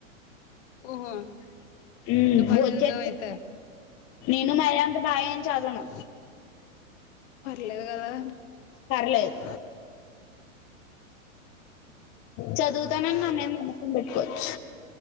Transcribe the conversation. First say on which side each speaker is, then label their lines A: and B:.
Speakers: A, on the left; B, on the left.
A: ఓహో
B: ఉమ్
A: నువ్వు బాగా
B: భోజ
A: చదువుతావు
B: చే
A: అయితే
B: నేను మరి అంత బాగేమ్ అని చదవను
A: పర్లేదు కదా
B: పర్లేదు చదువుతానండి అమ్ న పెట్టుకోచ్